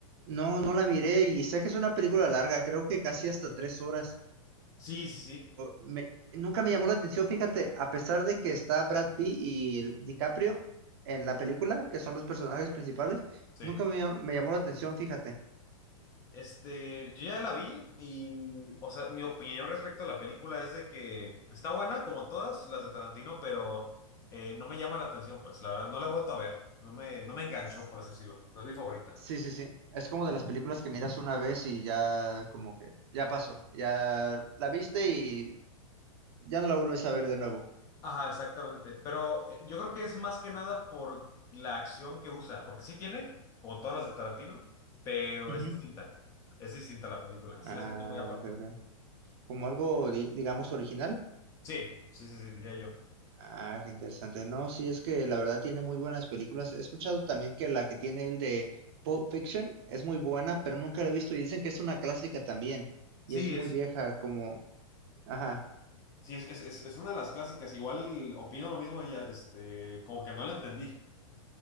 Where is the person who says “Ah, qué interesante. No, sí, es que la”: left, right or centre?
Right